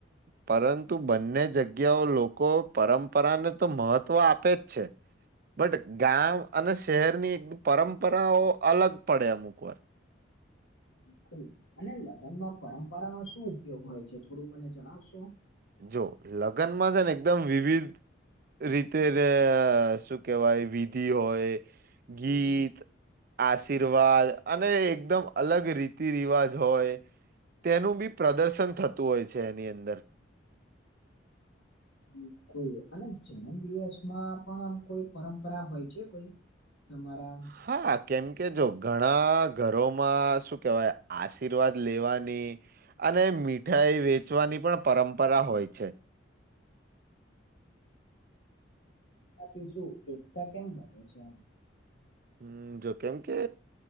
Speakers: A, on the right (about 50°); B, on the left (about 85°).
A: પરંતુ બંને જગ્યાઓ લોકો પરંપરાને તો મહત્વ આપે જ છે. બટ ગામ અને શહેરની એક પરંપરાઓ અલગ પડે અમુક વાર.
B: બકુલ અને લગ્નમાં પરંપરા નો શું ઉપયોગ હોય છે થોડું મને જણાવશો?
A: જો લગ્નમાં છે ને એકદમ વિવિધ રીતે શું કેહેવાય વિધિ હોય, ગીત આશીર્વાદ અને એકદમ અલગ રીતિ રિવાજ હોય. તેનું બી પ્રદર્શન થતું હોય છે એની અંદર.
B: હમ. કોઈ અને જન્મ દિવસમાં પણ આમ કોઈ પરંપરા હોય છે કોઈ? તમારા
A: હા. કેમ કે જો ઘણા ઘરોમાં શું કેહેવાય આશીર્વાદ લેવાની, આ અને મીઠાઈ વેચવાની પણ પરંપરા હોય છે.
B: થી શું એકતા કેમ વધે છે આમ?
A: હમ જો કેમકે